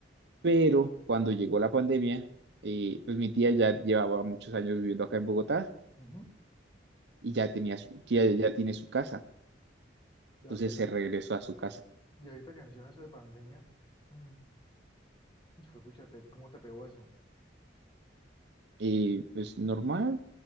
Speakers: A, on the right (about 65°); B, on the left (about 25°).
A: Pero cuando llegó la pandemia, eh, pues mi tía ya llevaba muchos años viviendo acá en Bogotá
B: ujú.
A: y ya tenía su- ya, ya tiene su casa.
B: Y, ahorita,
A: Entonces se regresó a su casa.
B: y ahorita que mencionas eso de pandemia, mm, hijo de pucha, te- ¿cómo te pegó eso? O
A: Y pues normal,